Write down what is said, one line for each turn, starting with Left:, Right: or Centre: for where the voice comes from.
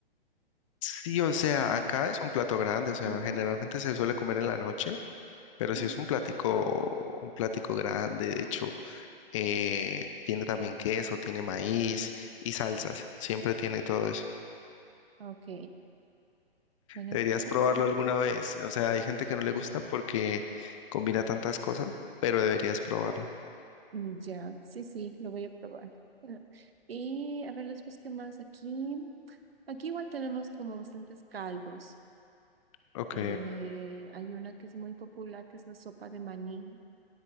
Left: Sí, o sea,
Right: Ujú,
Left: acá es un plato grande, o sea,
Right: ujú,
Left: generalmente se suele comer en la noche, pero
Right: ujú.
Left: si es un platico, un platico grande, de hecho, eh, tiene también queso, tiene maíz y salsas, siempre tiene todo eso.
Right: Ok, bueno,
Left: Deberías
Right: qué interesante.
Left: probarlo alguna vez, o sea, hay gente que no le gusta porque combina tantas cosas, pero deberías probarlo.
Right: Mm, Ya, sí, sí, lo voy a probar. Ah, Y a ver después qué más aquí. Aquí igual tenemos como bastantes caldos.
Left: Ok.
Right: Eh, hay una que es muy popular, que es la sopa de maní.